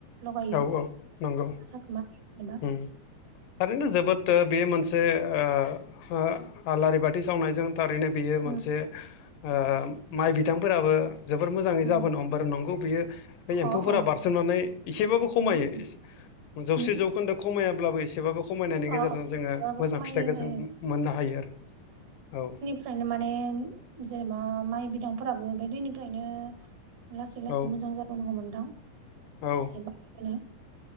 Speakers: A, on the right; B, on the left.
A: लगायो
B: औ औ नंगौ
A: आसा खोमा एबा
B: उम थारैनो जोबोद ओ बे मोनसे ओ हो आलारि बाथि सावनायजों थारैनो बेयो
A: उम
B: मोनसे ओ माइ बिथांफोराबो जोबोर मोजाङै
A: उम
B: जाबोनो हमबारो नंगौ बियो बे एम्फौफोरा
A: अ अ
B: बारसोमनानै एसेबाबो खमायो
A: उम
B: जौसे
A: उम
B: जौखोन्दो खमायाब्लाबो एसेबाबो। खमायनायनि गेजेरजों
A: अ अ
B: जोङो
A: एसेबाबो
B: मोजां
A: खमायनाय
B: फिथाइखौ जों मोननो हायो आरो। औ।
A: फ्रायनो माने जेनेबा माइ बिदांफोराबो बे दिननिफ्रायनो लासै लासै
B: औ
A: मोजां जाबोनो हमोन दां
B: औ
A: एसे <inaudible>